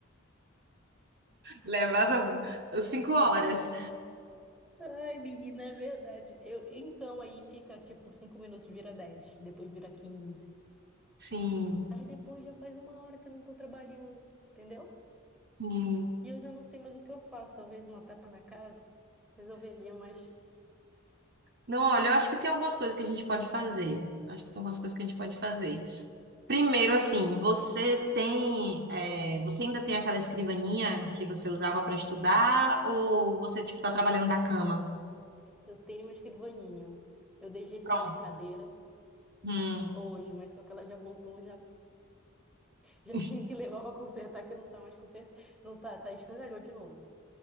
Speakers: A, on the right; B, in the centre.
A: Levava cinco horas.
B: Ai, menina, é verdade. Eu, então aí fica tipo 5 minutos vira 10 depois vira quinze
A: Sim,
B: Aí depois já faz uma hora que eu não tô trabalhando, entendeu?
A: sim.
B: E eu já não sei mais o que eu faço. Talvez uma tapa na cara Resolveria, mas
A: Não, olha, eu acho que tem algumas coisas que a gente pode fazer. Acho que tem algumas coisas que a gente pode fazer. Primeiro, assim, você tem, é, você ainda tem aquela escrivaninha que você usava para estudar ou você, tipo, tá trabalhando da cama?
B: eu tenho uma escrivaninha. Eu dei jeito
A: Pronto.
B: na minha cadeira
A: Hum.
B: hoje, mas só que ela já voltou, já, já
A: <laughs>
B: <laughs> tenho que levar pra consertar, que não tá mais consertando. Não tá, tá escangalhou de novo.